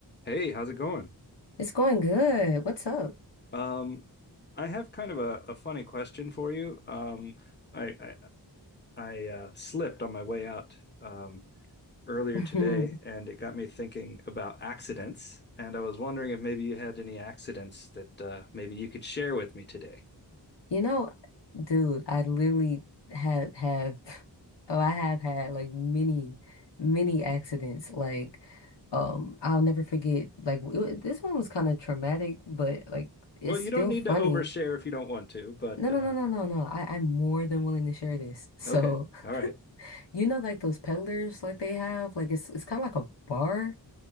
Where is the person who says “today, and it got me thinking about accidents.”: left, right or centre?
Left